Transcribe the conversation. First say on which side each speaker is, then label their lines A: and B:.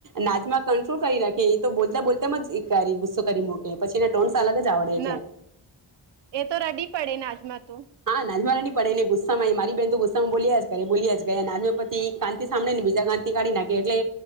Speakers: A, on the right; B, on the right.
A: નાજમાં કંટ્રોલ કરી રાખે એ તો બોલતા બોલતા જ શું કરી મૂકે પછી એના ટોન્સ અલગ જ આવડે એટલે.
B: ના એ તો રડી પડે નાજમાં તો
A: હા <unintelligible> પડેને ગુસ્સામાં મારી બેન તો ગુસ્સામાં બોલ્યા જ કરે બોલ્યા જ કરે અને આજ પતિ એક કાન થી સાંભળે ને બીજા કાનથી કાઢી નાખે એટલે